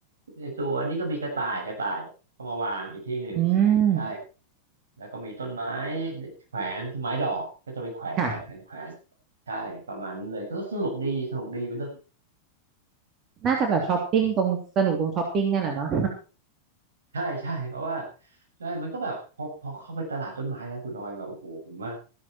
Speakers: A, on the right; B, on the right.
A: ไอ้ตัวนี่ก็มีกระต่ายกระต่ายก็มาวางอีกที่หนึ่ง
B: อืม
A: ใช่แล้วก็มีต้นไม้แขวนต้นไม้ดอกก็จะไปแขวนแขวนแขวนแขวน
B: ค่ะ
A: ใช่ประมาณนั้นเลยก็สนุกดีสนุกดีเป็นเรื่อง
B: น่าจะแบบช้อปปิ้งตรงสนุกตรงช้อปปิ้งเนี่ยแหละเนาะ
A: ใช่ใช่เพราะว่าใช่มันก็แบบพอพอเข้าไปตลาดต้นไม้นะคุณออยแบบโอ้โหผมว่า